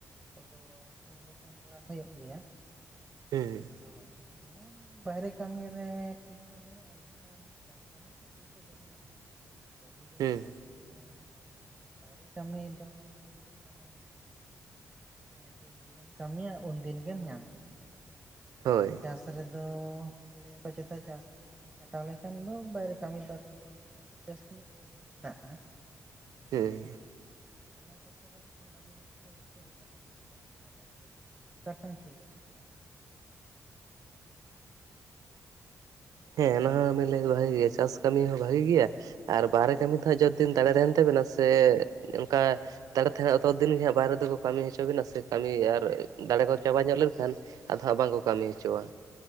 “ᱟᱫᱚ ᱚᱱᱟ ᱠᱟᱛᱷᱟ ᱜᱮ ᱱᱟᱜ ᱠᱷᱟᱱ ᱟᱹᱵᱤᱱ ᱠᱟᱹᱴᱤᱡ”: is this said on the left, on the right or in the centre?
Right